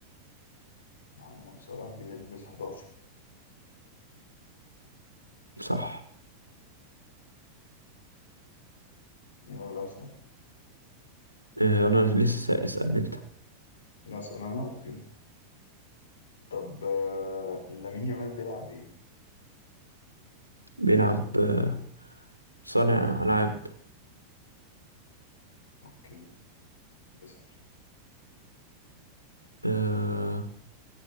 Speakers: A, on the left; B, on the right.
A: محمد صلاح بيلبس 11
B: صح
A: يلا أسأل
B: أه أنا لسه سائل اسألني انت
A: لا أسأل أنا أوكي طب آه، لامين يامال بيلعب ايه؟
B: بيلعب آه، صانع ألعاب
A: اوكي اسأل
B: آه...